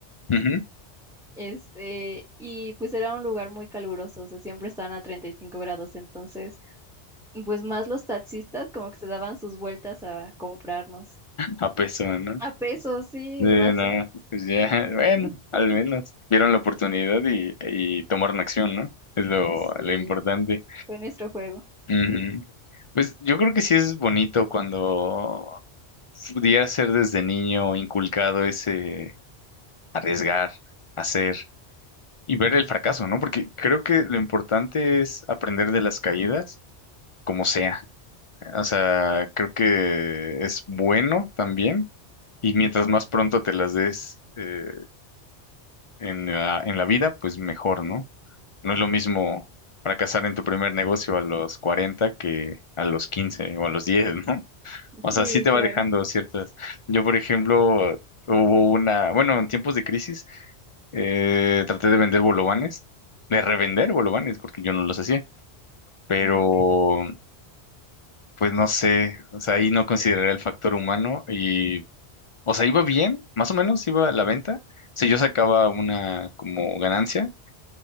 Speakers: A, on the left; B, in the centre.
A: Ujú.
B: este, y pues era un lugar muy caluroso, o sea, siempre estaban a 35 grados, entonces pues más los taxistas como que se daban sus vueltas a comprarnos.
A: A peso, ¿no?
B: A pesos, sí,
A: De
B: el vaso.
A: nada. Pues ya, <laughs> bueno,
B: <laughs>
A: al menos vieron la oportunidad y, y tomaron acción, ¿no? Es lo,
B: Sí,
A: lo importante.
B: fue nuestro juego.
A: Ujú. Pues yo creo que sí es bonito cuando pudiera ser desde niño inculcado ese arriesgar, hacer y ver el fracaso, ¿no? Porque creo que lo importante es aprender de las caídas, como sea. O sea, creo que es bueno también. Y mientras más pronto te las des eh, en la, en la vida, pues mejor, ¿no? No es lo mismo fracasar en tu primer negocio a los 40 que a los 15 o a los diez ¿no? O sea,
B: Sí,
A: sí te
B: claro.
A: va dejando ciertas. Yo, por ejemplo, hubo una, bueno, en tiempos de crisis, eh, traté de vender bolovanes, de revender bolovanes, porque yo no los hacía, pero
B: Ah, ok.
A: pues no sé, o sea, ahí no consideré el factor humano y O sea, iba bien, más o menos iba a la venta. O sea, yo sacaba una como ganancia